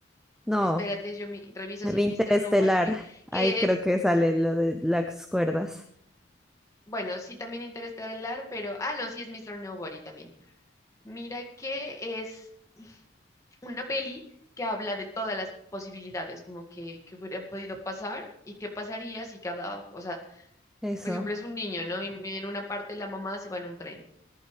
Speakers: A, in the centre; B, on the left (about 15°).
A: No.
B: espérate, yo mi- reviso
A: Me
B: si
A: vi
B: es
A: Interestelar.
B: Mr. Nobody,
A: Ahí
B: que
A: creo
B: es,
A: que sale lo de las cuerdas.
B: bueno, sí también Interestelar, pero, ah, no, sí es Mr. Nobody también. Mira que es una peli que habla de todas las posibilidades, como que, que hubieran podido pasar y qué pasaría si cada, o sea,
A: Eso.
B: por ejemplo, es un niño, ¿no? Y en una parte la mamá se va en un tren.